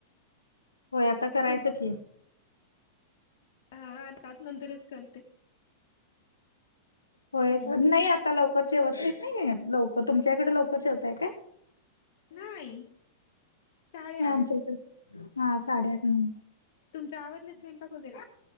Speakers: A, on the left (about 85°); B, on the left (about 55°).
A: होय आता करायचं
B: तुम
A: की
B: हा आ सात नंतरच करते हम्म
A: होय नाही आता लवकर जेवत नाहीत नाही लवकर तुमच्याकडे लवकर जेवतय काय
B: नाही साडेआठ
A: आमच्या इकडे हा साडेआठ न
B: तुमचा आववरला स्वयंपाक वगैरे